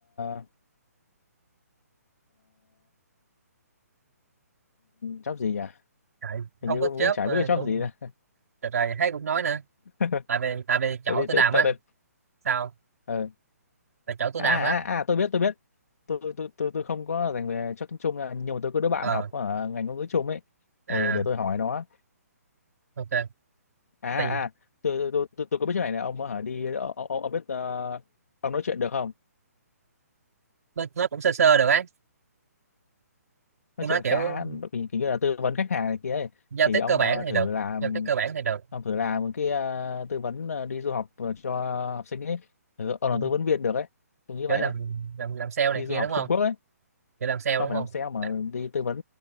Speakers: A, on the left; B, on the right.
A: uh, job gì nhỉ
B: Trời,
A: hình
B: không
A: như
B: có
A: cũng,
B: chớp
A: cũng chả
B: ờ,
A: biết cái
B: cũng
A: job gì nè
B: trời trời thấy cũng nói nữa
A: <laughs>
B: tại vì tại vì
A: tại
B: chỗ
A: vì tại
B: tôi làm
A: tại
B: á
A: tại-
B: sao
A: ờ
B: tại chỗ tôi
A: à,
B: làm
A: à
B: á
A: à tôi biết tôi biết tôi tôi tôi tôi không có dành về cho tiếng Trung nha nhưng mà tôi có đứa bạn
B: ờ
A: học ở ngành ngôn ngữ Trung ấy
B: à
A: ừ, để tôi hỏi nó
B: ok
A: à
B: tại vì
A: à à, tôi tôi tôi, tôi, tôi có biết chỗ này này ông hả đi ông, ông, ông biết ờ, ông nói chuyện được không
B: tôi nói cũng sơ sơ được ấy
A: nói
B: tôi
A: chuyện
B: nói kiểu
A: khá kiểu kiểu như là tư vấn khách hàng này kia ấy.
B: giao
A: thì
B: tiếp
A: ông
B: cơ bản
A: ờ,
B: thì
A: thử
B: được
A: làm
B: giao tiếp cơ bản thì được
A: Ông thử làm một cái à, tư vấn à, đi du học à, cho học sinh ấy. Ừ, Ông
B: Ừ,
A: là tư vấn viên được ấy. Tôi nghĩ vậy
B: kiểu làm
A: ấy.
B: làm làm sale này
A: Đi du
B: kia
A: học
B: đúng không
A: Trung Quốc ấy.
B: kiểu làm sale đúng
A: Không phải
B: không
A: làm sale mà
B: Đã-
A: đi tư vấn